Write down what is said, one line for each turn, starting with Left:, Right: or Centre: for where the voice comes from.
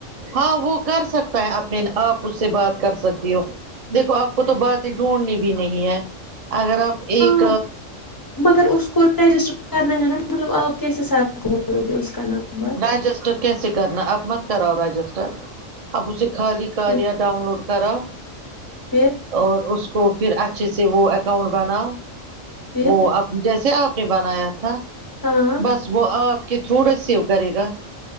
Right: ہاں وہ کر سکتا ہے اپنے آپ اس سے بات کر سکتی ہو دیکھو آپ کو تو باتیں ڈھونڈنی بھی نہیں ہے اگر آپ ایک
Left: ہاں مگر اس کو رجسٹر کرنا ہے نا مطلب آپ کیسے سات اس کا نمبر
Right: رجسٹر کیسے کرنا اب مت کراو رجسٹر اب اسے خالی کار
Left: پھر
Right: یا ڈاؤن لوڈ کراو
Left: پھر
Right: اور اس کو پھر اچھے سے وہ اکاؤنٹ بناؤ
Left: پھر
Right: وہ آپ جیسے آپ نے بنایا تھا
Left: ہاں
Right: بس وہ آپ کے تھری ریسیو کرے گا